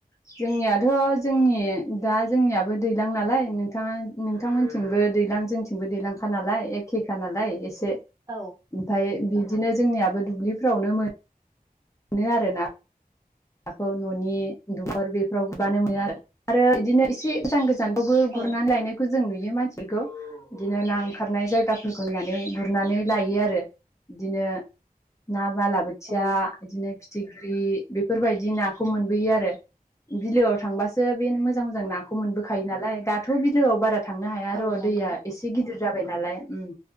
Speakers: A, on the left; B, on the right.
A: जोंनियाथ' जोंनि दा जोंनियाबो दैज्लां नालाय नोंथाङा नोंथांमोनथिंबो दैज्लां जोंथिंबो दैलांखा नालाय एखेखा नालाय एसे
B: औ
A: ओमफफ्राय बिदिनो जोंनिया ो दुब्लिफ्रावनो मोनो मोनो आरोना नाखौ न'नि दुबुर बेफोराव गबानो मोनो आरो आरो बिदिनो एसे गोजान गोजान गोजानावबो
B: औ
A: गुरनानै लायनायखौ जों नुयो बि मानसिफोरखौ बिदिनो ना ओंखारनाय जायगाफोरखौ होननानै गुरनानै लायो आरो बिदिनो न मालाबोोथिया
B: औ
A: बिदिनो थिग्रि बे बेफोरबायदि नाखौ मोनबोयो आरो बिलोआव थांबासो बेनो मोजां मोजां नाखौ मोनबो होखायो नालाय दाथ' बिलोआव बारा थांनो हाया
B: औ
A: र'
B: नंगौ
A: दैया एसे गिदिर जाबाय नाल ओम